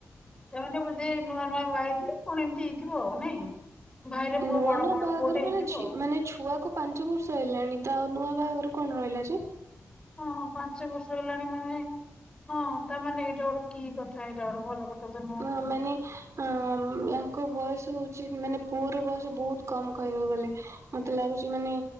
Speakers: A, on the left (about 20°); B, on the right (about 65°).
A: ସେମାନେ ବୋଧେ ନୂଆ ନୂଆ ବାହା ହେଇଥିଲେ କଣ ଏମତି ହେଇଥିବ ଆଉ ନାଇଁ। ଭାଇର ପୁଅ
B: ନୂଆ
A: ବଡ
B: ନୂଆ
A: ବଡ
B: ବାହାଘର
A: ପୁଅଟେ ହେଇଥିବ
B: ମାନେ ଝି ମାନେ ଛୁଆକୁ ପାଞ୍ଚ ବର୍ଷ ହେଲାଣି ତ ଆଉ ନୂଆ ବାହାଘର କଣ ରହିଲା ଯେ।
A: ହଁ ପାଞ୍ଚ ବର୍ଷ ହେଲାଣି ମାନେ। ହଁ ତାମାନେ ଏଇଟା ଗୋଟେ କି କଥା ଏଇଟା ଗୋଟେ ଭଲ କଥା ତ ନୁହଁ
B: ହଁ ମାନେ ୟାଙ୍କ ବୟସ ହଉଛି ମାନେ ପୁଅର ବୟସ ବହୁତ କମ କହିବ ବୋଲେ ମତେ ଲାଗୁଛି ମାନେ